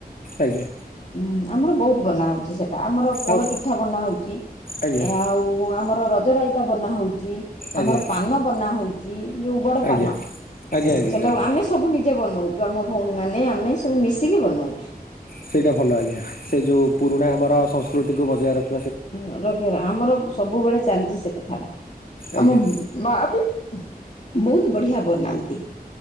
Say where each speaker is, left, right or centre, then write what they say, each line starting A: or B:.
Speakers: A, on the left; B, on the left.
A: ଆଜ୍ଞା।
B: ଉଁ ଆମର ବହୁତ ବନା ହେଉଛି ସେଟା ଆମର ପୋଡ
A: ଆଉ
B: ପିଠା ବନାହୋଉଛି
A: ଆଜ୍ଞା
B: ଆଉ ଆମର ରଜ ରାଇତା ବନା ହଉ ଚି
A: ଆଜ୍ଞା
B: ଆମର ପାନ ବନା ହଉଚି ଯୋଉ ବଡ଼
A: ଆଜ୍ଞା
B: ପାନ
A: ଆଜ୍ଞା
B: ସେଟାକୁ
A: ଆଜ୍ଞା ଜାଣିଲି
B: ଆମେ ସବୁ ନିଜେ ବନଉଚୁ ଆମ ଭଉଣୀମାନେ ଆମେ ସବୁ ମିଶିକି ବନଉଚୁ।
A: ସେଇଟା ଭଲ ଆଜ୍ଞା ସେଇ ଯୋଉ ପୁରୁଣା ଆମର ସଂସ୍କୃତିକୁ ବଜାୟ ରଖ
B: ଅଁ ରଖିବାର ଆମର ସବୁବେଳେ ଚାଲିଛି ସେ କଥା ଟା
A: ଆଜ୍ଞା
B: ଆମ ମା ବି ବହୁତ ବଢ଼ିଆ ବନାନ୍ତି।